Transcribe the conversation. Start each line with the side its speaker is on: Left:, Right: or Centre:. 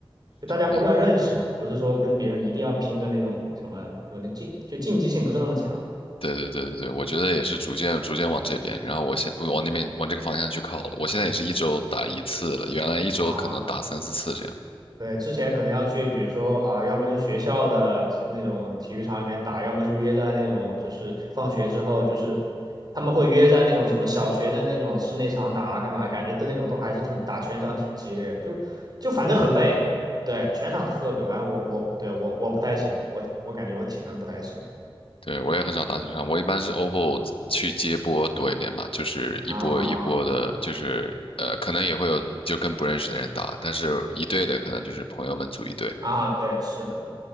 Right: 就大家互相认识嘛，
Left: 对，
Right: 不是说跟别人一定要拼个那种什么，就那竞就竞技性不是那么强。
Left: 对对对对对，我觉得也是逐渐逐渐往这边，然后我现往那边往这个方向去靠了。
Right: 对
Left: 我现在也是一周打一次了，原来一周可能打三四次这样。
Right: 啊，对，之前可能要去，比如说啊，要么就学校的那种体育场里面打，要么是约在那种就是放学之后，就是他们会约在那种什么小学的那种室内场打啊，干嘛？感觉都那种都还是挺打全场挺激烈的就就反正很累。对，全场特别，反正我我对我我不太行，我我感觉我体能不太行
Left: 对，我也很少打全场，我一般是 OVO 去接波多一点嘛，就是一波一波的，
Right: 啊
Left: 就是呃，可能也会有就跟不认识的人打，但是一队的可能就是朋友们组一队。
Right: 啊，对，是的。